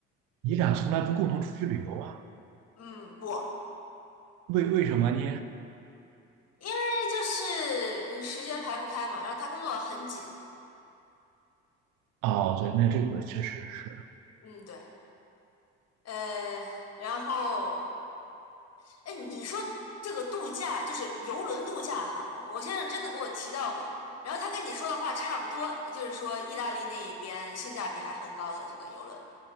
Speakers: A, on the right (about 70°); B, on the left (about 45°).
A: 你俩从来不共同出去旅游啊？
B: 嗯，不，
A: 为为什么呢？
B: 因为就是时间排不开嘛，然后他工作很紧。
A: 哦，对，那这个确实是，
B: 嗯，对，呃，然后。哎，你说这个度假就是游轮度假哈，我先生真的给我提到过，然后他跟你说的话差不多，就是说意大利那一边性价比还很高的这个游轮，